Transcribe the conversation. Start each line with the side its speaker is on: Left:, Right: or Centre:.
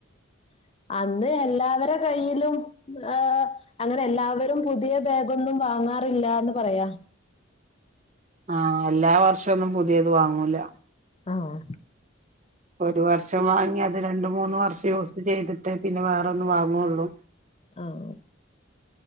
Left: <unintelligible> അന്ന് എല്ലാവരു കയ്യിലും ഏ അങ്ങനെ എല്ലാവരും പുതിയ ബാക്കൊന്നും വാങ്ങാറില്ല എന്ന് പറയാ
Right: ആഹ് എല്ലാ വർഷം ഒന്നും പുതിയത് വാങ്ങൂല
Left: ആഹ്
Right: ഒരു വർഷം വാങ്ങി അത് രണ്ട് മൂന്ന് വർഷം യൂസ് ചെയ്തിട്ട് പിന്നെ വേറെ ഒന്ന്‌ വാങ്ങുള്ളൂ
Left: ആഹ്